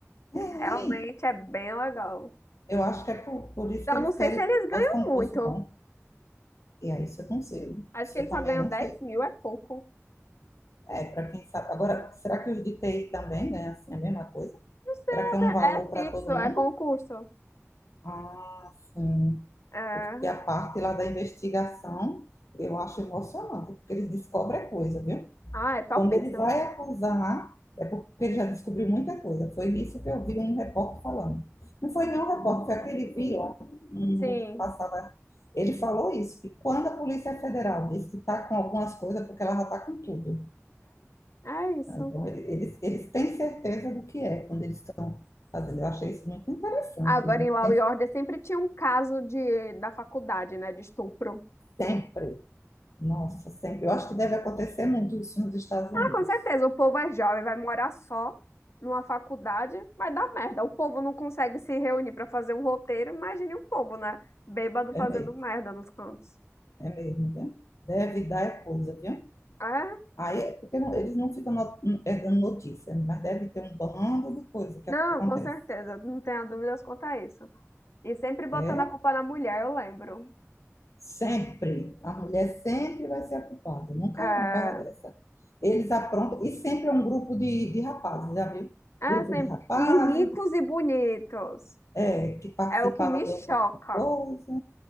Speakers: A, on the left; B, on the left.
A: É,
B: Realmente
A: Tem.
B: é bem legal.
A: Eu acho que é por, por isso
B: Então,
A: que eles
B: não sei
A: querem,
B: se eles ganham
A: faz concurso
B: muito.
A: bom. E aí, isso eu não sei.
B: Acho
A: Isso
B: que eles
A: eu também
B: só ganham
A: não
B: dez
A: sei.
B: mil, é pouco.
A: É, para quem sabe. Agora, será que os de TI também ganham assim a mesma coisa?
B: Não sei,
A: Será
B: é,
A: que é
B: me-
A: um valor
B: é
A: para
B: fixo,
A: todo
B: é
A: mundo?
B: concurso.
A: Ah, sim.
B: É.
A: Porque a parte lá da investigação eu acho emocionante, porque eles descobrem coisa, viu?
B: Ah, é topíssimo.
A: Quando ele vai acusar, é porque ele já descobriu muita coisa. Foi isso que eu vi um repórter falando. Não foi nem nenhum repórter, foi aquele vilão hum,
B: Sim.
A: que passava. Ele falou isso, que quando a Polícia Federal disse que está com algumas coisas, é porque ela já está com tudo.
B: É, é isso.
A: Então, eles, eles têm certeza do que é quando eles estão fazendo. Eu achei isso muito interessante,
B: Agora,
A: né?
B: em Law
A: Tem
B: e Order, sempre tinha um caso de, da faculdade, né? De estupro.
A: sempre, nossa, sempre. Eu acho que deve acontecer muito isso nos Estados Unidos.
B: Ah, com certeza, o povo é jovem, vai morar só numa faculdade, vai dar merda. O povo não consegue se reunir pra fazer um roteiro. Imagine o povo, né? Bêbado
A: É
B: fazendo
A: mesmo,
B: merda nos cantos.
A: é mesmo, viu? Deve dar é coisa, viu?
B: É?
A: Aí, é porque não- eles não ficam no- é, dando notícia, né? mas deve ter um bando de coisa que
B: Não,
A: acontece.
B: com certeza. Não tenha dúvidas quanto a isso. E sempre botando
A: É,
B: a culpa na mulher, eu lembro.
A: sempre. A mulher sempre vai ser a culpada. Nunca
B: É,
A: vi uma coisa dessa. Eles aprontam, e sempre é um grupo de, de rapazes, já viu?
B: é
A: Grupo
B: sempre.
A: de rapazes
B: E ricos
A: que
B: e bonitos.
A: é, que participava
B: É o que me
A: de
B: choca.
A: alguma coisa.